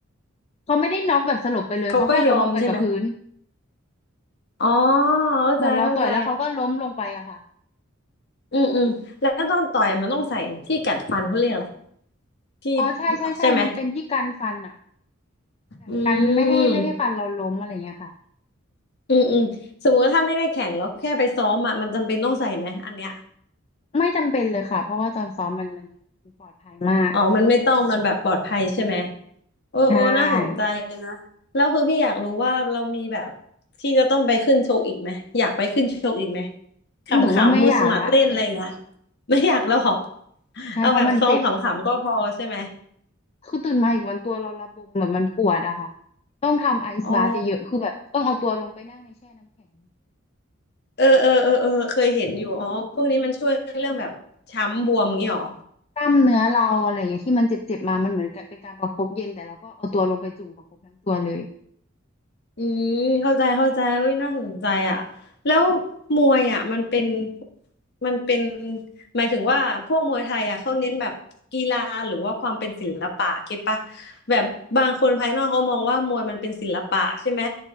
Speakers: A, on the left; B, on the left.
A: เขาไม่ได้น็อกแบบสลบไปเลยเขาแค่ล้มลงไปกับพื้น
B: เขาก็ยอมใช่ไหมอ๋อ
A: เหมือนเราต่อยแล้วเขาก็ล้มลงไปอะค่ะ
B: เข้าใจเข้าใจ อืมอืมแล้วตอนต่อยมันต้องใส่ที่กัดฟันเขาเรียกอะไรที่
A: อ๋อใช่ใช่ใช่มันเป็นที่กันฟันอะ
B: ใช่ไหม
A: แบบกันไม่ให้ไม่ให้ฟันเราล้มอะไรเงี้ยค่ะ
B: อืมอืมอืมสมมติว่าถ้าไม่ได้แข่งแล้วแค่ไปซ้อมอ่ะมันจำเป็นต้องใส่ไหมอันเนี้ย
A: ไม่จำเป็นเลยค่ะเพราะว่าตอนซ้อมมันมันมันปลอดภัยมาก
B: อ๋อมันไม่ต้องมันแบบปลอดภัยใช่ไหมโอ้โอ้น่าสนใจนะแล้วคือพี่อยากรู้ว่าเรามีแบบ
A: ใช่
B: ที่จะต้องไปขึ้นชกอีกไหมอยากไปขึ้นชกอีกไหมขำๆมือสมัครเล่นอะไรอย่างเงี้ย
A: หนูว่าไม่อยากละ
B: ไม่อยากแล้วเหรอ
A: ใช่เพราะมันเจ็บ
B: เอาแบบซ้อมขำๆก็พอใช่ไหม
A: คือตื่นมาอีกวันตัวเราระบมแบบมันปวดอะค่ะ ต้องทำไอซ์บาเยอะๆคือแบบต้องเอาตัวลงไปนั่งในแช่น้ำแข็ง
B: อ๋อเออเออเออเออเคยเห็นอยู่อ๋อพวกนี้มันช่วยเรื่องแบบช้ำบวมอย่างนี้หรอ
A: กล้ามเนื้อเราอะไรเงี้ยที่มันเจ็บๆมามันเหมือนกับเป็นการประคบเย็นแต่เราก็เอาตัวลงไปจุ่มประคบทั้งตัวเลย
B: อืมเข้าใจเข้าใจเอ้ยน่าสนใจอ่ะแล้วมวยอ่ะมันเป็นมันเป็นหมายถึงว่าพวกมวยไทยอ่ะเขาเน้นแบบกีฬาหรือว่าความเป็นศิลปะคิดปะแบบบางคนภายนอกเขามองว่ามวยมันเป็นศิลปะใช่ไหม